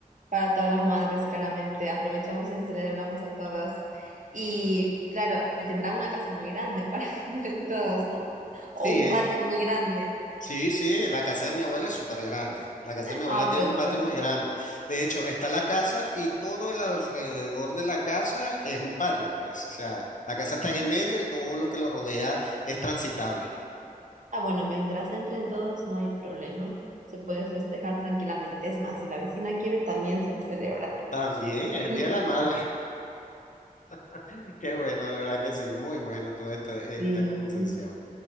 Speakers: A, on the right (about 60°); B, on the left (about 60°).
A: Para todas las madres, claramente. Aprovechamos y celebramos a todas. Y claro, y tendrán una casa muy grande para <laughs> que entren todos, ¿no? O
B: Sí,
A: un patio muy grande.
B: Sí, sí, la casa de mi abuela es súper grande. La casa de mi abuela
A: Ah,
B: tiene
A: pues
B: un
A: bueno.
B: patio muy grande. De hecho, está la casa y todo el alrededor de la casa es un patio, pues. O sea, la casa está en el medio y todo lo que lo rodea es transitable.
A: Ah, bueno, mientras entren todos no hay problema. Se puede festejar tranquilamente. Es más, si la vecina quiere, también se le celebra.
B: También
A: <laughs>
B: es el Día de la Madre. <laughs> Qué bueno, de verdad que sí. Muy bueno toda esta, esta
A: Sí.
B: conversación.